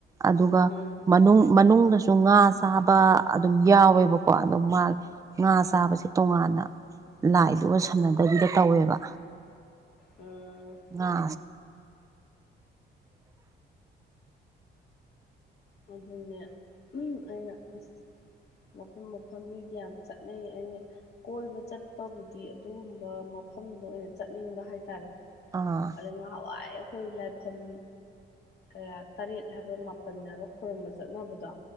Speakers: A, on the right (about 15°); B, on the left (about 55°).
A: ꯑꯗꯨꯒ
B: ꯎꯝ
A: ꯃꯅꯨꯡ ꯃꯅꯨꯡꯗꯁꯨ ꯉꯥ ꯆꯥꯕ ꯑꯗꯨꯝ ꯌꯥꯎꯋꯦꯕꯀꯣ ꯑꯗꯨꯝ ꯃꯥ ꯉꯥ ꯆꯥꯕꯁꯦ ꯇꯣꯉꯥꯟꯅ ꯂꯥꯏꯗꯨꯒ ꯁꯝꯅꯗꯕꯤꯗ ꯇꯧꯋꯦꯕ
B: ꯎꯝ
A: ꯉꯥ
B: ꯑꯗꯨꯅꯦ ꯎꯝ ꯑꯩꯅ ꯑꯁ ꯃꯐꯝ ꯃꯐꯝ ꯃꯤꯗꯤ ꯌꯥꯝ ꯆꯠꯅꯩ ꯑꯩꯅ ꯀꯣꯏꯕ ꯆꯠꯄꯕꯨꯗꯤ ꯑꯗꯨꯒꯨꯝꯕ ꯃꯐꯝꯗꯣ ꯑꯣꯏꯅ ꯆꯠꯅꯤꯡꯕ ꯍꯥꯏꯇꯥꯔꯦ
A: ꯑꯥ
B: ꯑꯗꯩ ꯉꯍꯥꯟꯋꯥꯏ ꯑꯩꯈꯣꯏ ꯂꯥꯏꯐꯝ ꯀꯌꯥ ꯇꯔꯦꯠ ꯍꯥꯏꯕ꯭ꯔꯥ ꯃꯥꯄꯟ ꯍꯥꯏꯕ ꯈꯣꯏꯔꯨꯝꯕ ꯆꯠꯅꯕꯗꯣ